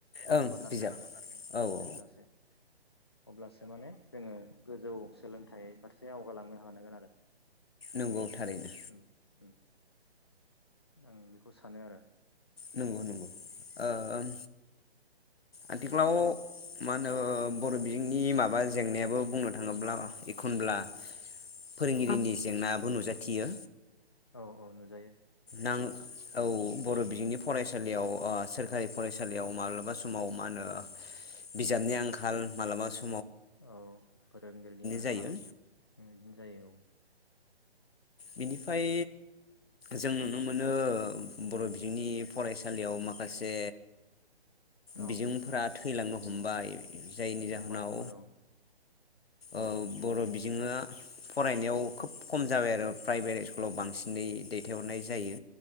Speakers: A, on the left; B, on the left.
A: जानांगोन
B: ओं बिजाब
A: आरोखि उम
B: औ औ
A: थोजासे अब्लासो माने जोङो गोजौ सोलोंथाइ फारसे आवगालांनो हानांगोन आरो
B: नंगौ थारैनो
A: उम उम आं बेखौ सानो आरो
B: नंगौ नंगौ ओ ओम आथिखालाव मा होनो बर' बिजोंनि माबा जेंनायाबो बुंनो थाङोब्ला एखनब्ला फोरोंगिरिनि
A: औ
B: जेंना बो नुजाथियो
A: औ औ नुजा
B: नों औ बर' बिजोंनि फरायसालियाव सोरखारि फरायसालियाव माब्लाबा समाव
A: उम
B: मा होनो बिजाबनि आंखाल मालाबा स
A: औ फोरोंगिरिनि आंखाल
B: जायो
A: बिदिनो जायो औ
B: बिनि फ्राय जों नुनो मोनो बर' बिजोंनि फरायसालियाव माखासे
A: औ औ
B: बिजोंफोराथ' थैलांनो हमबाय जायनि जाहोनाव
A: हमबाय हमबाय औ
B: ओ बर' बिजोङाव फरायनायाव खोब खम जाबाय आरो प्राइभेट स्कुलाव बांसिनै दैथायहरनाय जायो